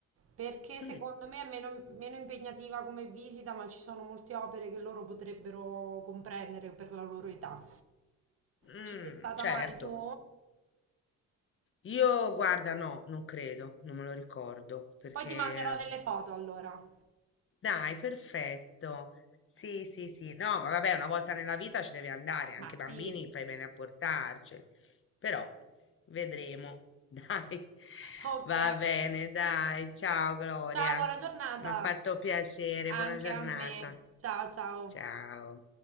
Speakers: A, on the right; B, on the left.
A: perché secondo
B: Mm.
A: me è meno, meno impegnativa come visita, ma ci sono molte opere che loro potrebbero comprendere per la loro età.
B: Mm,
A: Ci sei stata
B: certo.
A: mai tu?
B: Io, guarda, no, non credo, non me lo ricordo, perché...
A: Poi ti manderò delle foto allora.
B: Dai, perfetto. Sì, sì, sì. No, ma vabbè, una volta nella vita ci deve andare, anche
A: Ma sì.
B: i bambini fai bene a portarceli. Però, vedremo. <laughs> Dai,
A: Ok.
B: va bene, dai. Ciao, Gloria.
A: Ciao, buona giornata.
B: Mi ha fatto piacere,
A: Anche
B: buona giornata.
A: a me. Ciao, ciao.
B: Ciao.